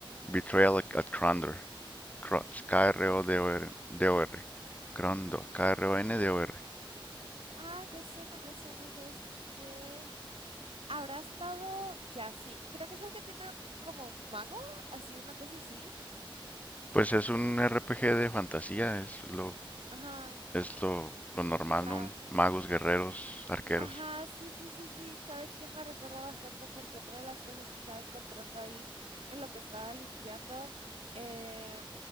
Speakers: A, on the left; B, on the right.
A: Betrayal at, at Krondor. Kro- K-R-O-D-O-R. r O d o Krondor. K-R-O-N-D-O-R. K R O N D O R.
B: Ay, me suena, me suena, ¿sabes qué? ¿Habrá estado? Ya, sí. Creo que es el que tiene como un mago, así, una cosa así.
A: Pues es un RPG de fantasía, es lo,
B: Ajá.
A: Es lo, lo normal,
B: O sea,
A: ¿no? Magos, guerreros, arqueros.
B: ajá, sí, sí, sí, sí. ¿Sabes qué? Me recuerda bastante porque otra de las cosas que estaba encontrando ahí en lo que estaba limpiando. eh,